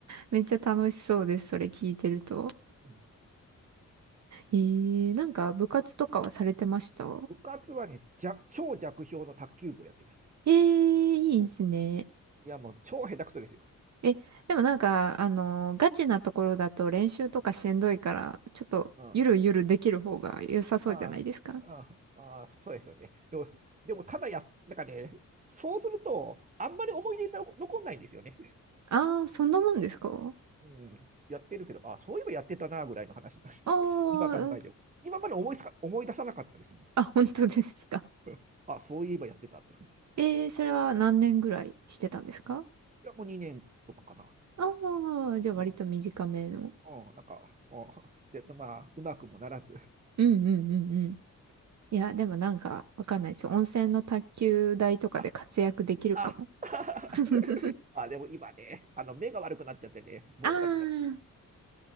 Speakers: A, on the right (about 55°); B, on the right (about 25°).
A: めっちゃ楽しそうです、それ聞いてると。
B: うん
A: えー、なんか部活とかはされてました
B: 部活はね、弱超弱小の卓球部をやってましたね。
A: えー、いいですね。
B: うんいや、もう超下手くそですよ。
A: え、でもなんか、あのーガチなところだと練習とかしんどいから、ちょっとゆるゆるできる方が良さそうじゃないですか。
B: うん。ああ、ああ、ああそうですよね。でも、でもただや、なんかね、そうすると、あんまり思い出に残残んないんですよね。
A: ああー、そんなもんですか
B: うん、やってるけど、あ、そういえばやってたな、ぐらいの話です。
A: ああー、
B: <laughs> 今考えても。今まで思いつか、思い出さなかったですも
A: あ、本当ですか。
B: ん。<laughs> あ、そういえばやってたって。い
A: えー、それは何年ぐらいしてたんですか
B: や、もう2年とかかな。
A: ああー、じゃあ割と短めの。
B: うん、うん、なんか、うん、で、まあ、うまくもならず。
A: うんうんうんうん。いや、でもなんかわかんないですよ。温泉の卓球台とかで活躍できるかも。
B: <laughs> あ、あ、<laughs>
A: <laughs>
B: あ、でも今ね、あの、目が悪くなっちゃってね、ボールが見えなかっ
A: ああ。